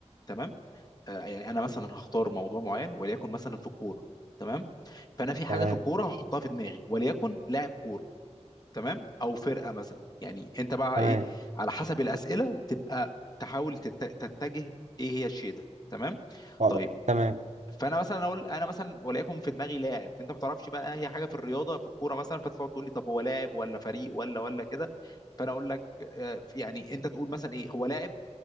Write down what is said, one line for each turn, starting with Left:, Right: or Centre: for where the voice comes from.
Left: تمام آه، يعني انا مثلا هختار موضوع معين وليكن مثلا في الكوره تمام فانا في حاجه
Right: تمام
Left: في الكوره هحطها في دماغي وليكن لاعب كوره تمام او فرقه مثلا يعني انت بقى
Right: تمام
Left: ايه على حسب الاسئله تبقى تحاول تت- تتجه ايه هي الشيء ده تمام
Right: خلاص
Left: طيب
Right: تمام
Left: فانا مثلا اقول انا مثلا وليكن في دماغي لاعب انت ما تعرفش بقى هي حاجه في الرياضه في الكوره مثلا فتقعد تقول لي طب هو لاعب ولا فريق ولا ولا كده فانا اقول لك آه، يعني انت تقول مثلا ايه هو لاعب